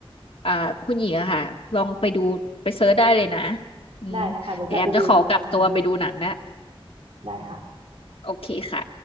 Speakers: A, on the left; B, on the right.
A: อ่าคุณหญิงอะค่ะลองไปดูไปเซิร์ชได้เลยนะอืมเดี๋ยวแอมจะขอกลับตัวไปดูหนังนะ
B: ได้นะคะเดี๋ยวจะไปดูอีกครั้งหนึ่งได้ค่ะ
A: โอเคค่ะ